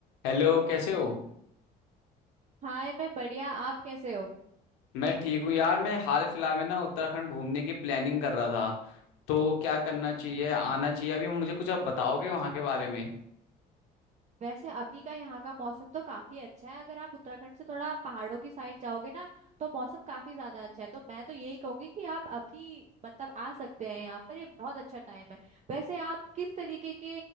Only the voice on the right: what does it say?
हाय मैं बढ़िया आप कैसे हो
वैसे अभी का यहाँ का मौसम तो काफी अच्छा है अगर आप उत्तराखंड से थोड़ा पहाड़ों की साइड जाओगे ना तो मौसम काफी ज्यादा अच्छा है तो मैं तो यही कहूंगी कि आप अभी मतलब आ सकते हैं यहाँ पर ये बहुत अच्छा टाइम है वैसे आप किस तरीके की